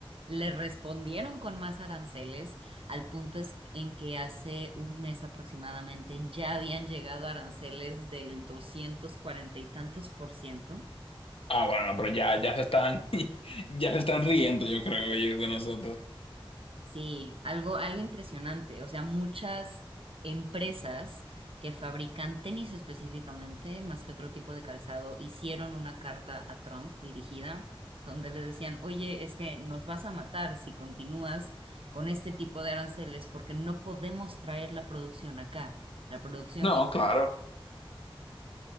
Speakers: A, on the right (about 70°); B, on the left (about 75°).
A: le respondieron con más aranceles, al punto es en que hace un mes aproximadamente ya habían llegado aranceles del 240 y tantos por ciento.
B: Ah, bueno, no, pero ya, ya se están, <laughs> ya se están riendo, yo creo, ellos de nosotros.
A: Sí, algo, algo impresionante. O sea, muchas empresas que fabrican tenis específicamente, más que otro tipo de calzado, hicieron una carta a Trump dirigida donde le decían, oye, es que nos vas a matar si continúas con este tipo de aranceles porque no podemos traer la producción acá, la producción
B: No,
A: que...
B: claro.